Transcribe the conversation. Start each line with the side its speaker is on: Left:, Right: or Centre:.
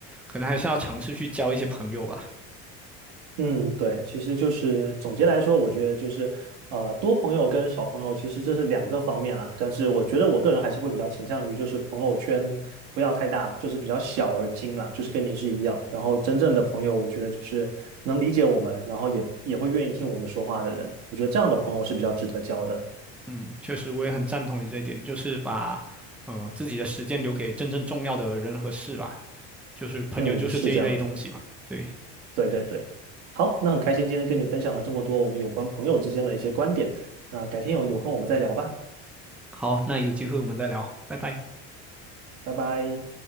Centre: 可能还是要尝试去交一些朋友吧。
Right: 嗯，对，其实就是总结来说，我觉得就是，呃，多朋友跟少朋友，其实这是两个方面啦。但是我觉得我个人还是会比较倾向于，就是朋友圈不要太大，就是比较小而精啦，就是跟你是一样。然后真正的朋友，我觉得就是能理解我们，然后也也会愿意听我们说话的人。我觉得这样的朋友是比较值得交的。
Centre: 嗯，确实，我也很赞同你这一点，就是把呃自己的时间留给真正重要的人和事吧，就是朋友就是这一类东西嘛。
Right: 嗯，是这样子。
Centre: 对，
Right: 对对对。好，那很开心今天跟你分享了这么多我们有关朋友之间的一些观点。那改天有有空我们再聊吧，
Centre: 好，那有机会我们再聊，拜拜。
Right: 拜拜。